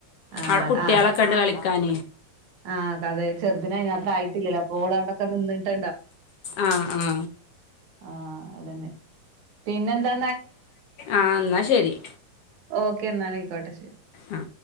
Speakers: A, on the right (about 60°); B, on the left (about 65°).
A: ആ
B: അവിടെ കുട്ടികളൊക്കെണ്ട് കളിക്കാൻ
A: ആ അതെ ചെറുദിന അതിന അത്ര ആയിട്ടില്ലല്ലോ അപ്പോൾ അവിടൊക്കെ നിന്നിട്ടു
B: ആ ആ
A: ആ അതന്നെ പിന്നെന്താ
B: ആ എന്ന ശരി
A: ഓക്കെ എന്നാൽ ആയിക്കോട്ടെ ശരി
B: ആഹ്